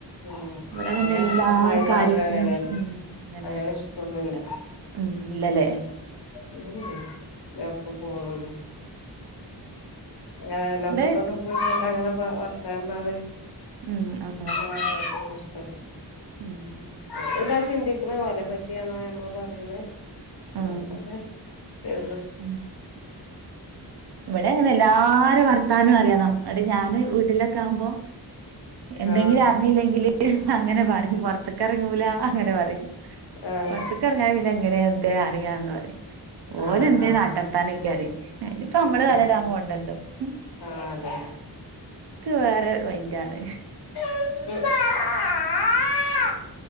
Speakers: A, on the left; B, on the right.
A: ഉം
B: ഇവിടെ
A: അവിടെ
B: പിന്നെ എല്ലാ
A: അമ്മായിമ്മാക്ക്
B: കാര്യത്തിനും
A: അങ്ങനെയാണ്
B: ഉം അന്നെ
A: അങ്ങനെ ഇഷ്ടൊന്നുല്ല
B: ഉം ഇല്ലല്ലേ
A: ഉം എർക്കും പോണു അങ്ങനെ ലോക്കത്തൊക്കെ
B: ഇവിടെ
A: പോയിങ്ങനെ വർത്താൻ പറയാൻ
B: ഉം അ
A: ആ ഇഷ്ടല്ലതാ
B: ഉം
A: <unintelligible> ചിന്തി ഇത്ര വലപ്പറ്റിയാണ് നമ്മള് പറയണ് അങ്ങനത്തൊക്കെ
B: ഉം
A: ചെയത്
B: ഉം. ഇവിടെ അങ്ങനെ എല്ലാരും വർത്താനം അറിയണം അടെ ഞാൻ വീട്ടിലൊക്കെ ആവുമ്പോ എന്തെങ്കിലും
A: ആഹ്
B: അറിഞ്ഞില്ലെങ്കിൽ അങ്ങനെ പറയും
A: ഉം
B: പുറത്തക്ക ഇറങ്ങൂല അങ്ങനെ പറയും
A: ആഹ്
B: പുറത്തക്ക ഇറങ്ങാൻ പിന്നെ അങ്ങനെ എന്തേ അറിയാന്ന് പറ ഓലെ
A: ആഹ്
B: എന്ത
A: ആഹ്
B: നാട്ട നടത്താനൊക്കെ അറി ഇപ്പൊ നമ്മള്
A: ആഹ്
B: തലൈടാൻ ഉണ്ടല്ലോമ്മ
A: ആഹ് അതന്നെ
B: വേറെ മൈൻഡ് ആണ്
A: ആ